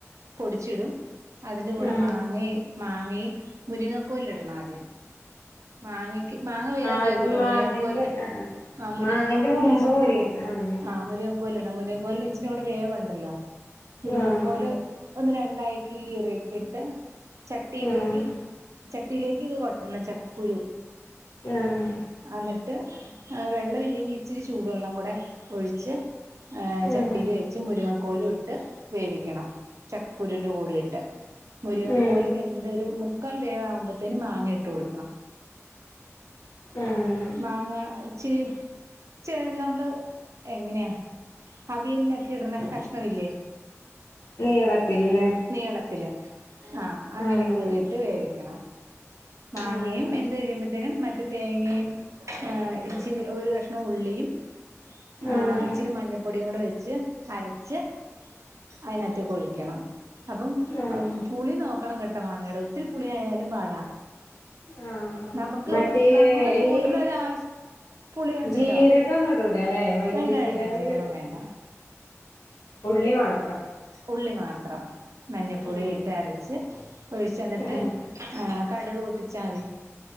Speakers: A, on the right; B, on the left.
A: പൊടിച്ചിടും. അതിൻ്റെ കൂടെ
B: ആഹ്
A: മാങ്ങെയ് മാങ്ങി മുരിങ്ങക്കോല് ഇടണം ആദ്യം. മാങ്ങക്ക് മാങ്ങ വേഗം
B: അത്
A: വേകോലൊ.
B: മാങ്ങന്റെ
A: മുരിങ്ങക്കോലിന്.
B: ആഹ്
A: ആ മുരിങ്ങ
B: മാങ്ങന്റെ
A: കോലിനിച്ച്
B: മുമ്പ് മുരി ആഹ്
A: ആ മുരി കോല് ഇട. മുരിങ്ങക്കോലിന് ഇച്ചിരിങ്ങട്ട് വേവ് ഉണ്ടല്ലോ. മുരിക്കോല്
B: ആഹ്
A: ഒന്ന് രണ്ടായി കീറി ഇട്ടിട്ട് ചട്ടിയിലേക്ക്
B: ആഹ്
A: ചട്ടിയിലേക്ക് ഇത് കൊട്ടണം. ചക്ക കുരു.
B: ആഹ്
A: അ ഇന്നട്ട് വെള്ളം ഇല്ലെങ്കി ഇച്ചിരി ചൂടുവെള്ളം കൂടെ ഒഴിച്ച്. ഏഹ്
B: ആഹ് ആഹ്
A: ചട്ടീല് വെച്ച് മുരങ്ങക്കോലും ഇട്ട് വേവിക്കണം. ചക്കക്കുരുൻ്റെ കൂടെ ഇട്ട്. മുരിങ്ങക്കോലും
B: ഉം
A: എന്തൊരു മുക്കാൽ വേവാകുമ്പത്തേനും മാങ്ങ ഇട്ട് കൊടുക്കണം
B: ആഹ്
A: മാങ്ങ ഇച്ചി ച നമ്മള് എങ്ങന്യെ. അവിയലിന് ഒക്കെ ഇട്ണ കഷ്ണ ഇല്ലേ.
B: നീളത്തില് ലെ.
A: നീളത്തില്. ആ അങ്ങനെ
B: ആഹ്
A: കീറിയിട്ട് വേവിക്കണം. മാങ്ങയും
B: ആഹ്
A: വെന്ത്ഴിയുമ്പോത്തേനും മറ്റ് തേങ്ങയും. ഏ ഇച്ചിരി ഒരു കഷ്ണം ഉള്ളിയും. ആ
B: ആഹ്
A: ഇച്ചിരി മഞ്ഞപ്പൊടിയും കൂടെ വെച്ച് അരച്ച്. അതിനകത്തേക്ക് ഒഴിക്കണം. അപ്പം
B: ആഹ്
A: പുളി നോക്കണം കെട്ടോ മാങ്ങ്യേട. ഒത്തിരി പുളിയായാലും പാടാ.
B: ആഹ് ആ
A: നമുക്ക്
B: മറ്റേ
A: നമ്മള് കൂട്ടിന്
B: ഈ
A: ഒരാവശ്യ പുളിയുണ്ടല്ലോ
B: ജീരകൊന്നും ഇടൂലല്ലെ? വലിയ
A: വേണ്ട
B: ജീരകം
A: വേണ്ട
B: <unintelligible>
A: വേണ്ട
B: ഉള്ളി മാത്രം.
A: ഉള്ളി മാത്രം മഞ്ഞൾപ്പൊടി
B: ഉം
A: ഇട്ട്
B: ഉം
A: അരച്ച്. ഒഴിച്ച. ഇന്നട്ട്
B: ഉം
A: ആ കടുക് പൊട്ടിച്ചാൽ മതി.